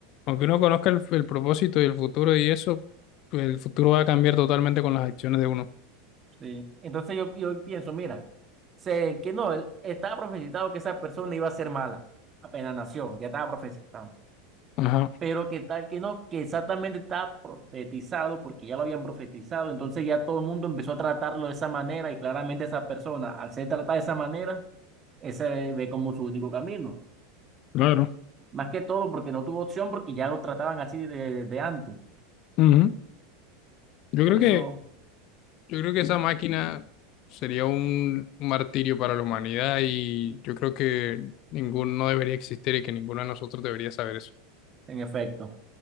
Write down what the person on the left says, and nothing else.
aunque uno conozca el, el propósito y el futuro y eso, pues el futuro va a cambiar totalmente con las acciones de uno.
Ajá.
Claro.
Ujú. Yo
creo que,
yo creo que esa máquina sería un martirio para la humanidad y yo creo que ninguno debería existir y que ninguno de nosotros debería saber eso.